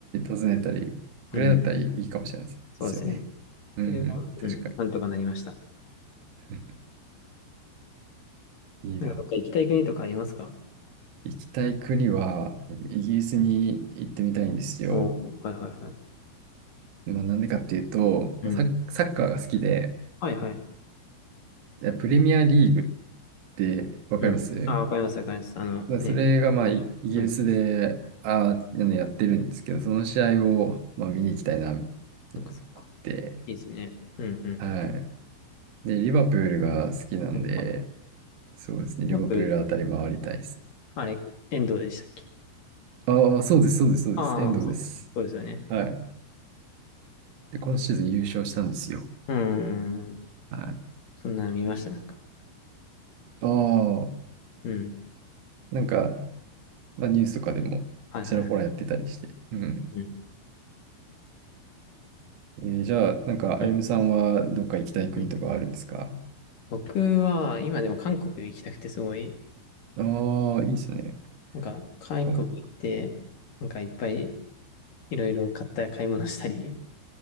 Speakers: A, on the right; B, on the left.
A: 訪ねたりぐらいだったらいいかもしれないですよね。
B: うん。そうですね。
A: うん、
B: それは、
A: うん、
B: うん、
A: 確かに。
B: なんとかなりました。
A: うんいいな。
B: なんかどっか行きたい国とかありますか
A: 行きたい国は、イギリスに行ってみたいんですよ。
B: おおー、はいはいはい。
A: まあなんでかっていうと、
B: うん。
A: まあサッ、サッカーが好きで、
B: はいはい。
A: プレミアリーグってわかります
B: うん。あ、わかりますわかります。あの、
A: まあそれがまあイイギリスで、
B: ね。うん。
A: あー、あのやってるんですけど、その試合をまあ見に行きたいな、っていうのがあって、
B: なんかそっか。いいですね。うんうん。
A: はい。で、リバプールが好きなんで、
B: あれか。
A: そうですね、リバプールあたり回りたいですね。
B: やっぱあれ、遠藤でしたっけ
A: ああ、そうです、そうです、そうです、
B: ああー、
A: 遠藤です。
B: そうか。そうですよね。
A: はい。で、今シーズン優勝したんですよ。
B: うーん。
A: はい。
B: そんなの見ました、なんか。
A: ああ、
B: うん。
A: なんか、まあ、ニュースとかでもちらほらやってたりして。
B: はいはいはい。
A: うん。
B: うん。
A: えーじゃあ、なんか、
B: うん。
A: あゆむさんはどっか行きたい国とかあるんですか
B: うん僕は、今でも韓国行きたくてすごい、
A: ああ、いいですね。
B: なんか、韓国行って、
A: かん
B: なんかいっぱいいろいろ買った買い物したり、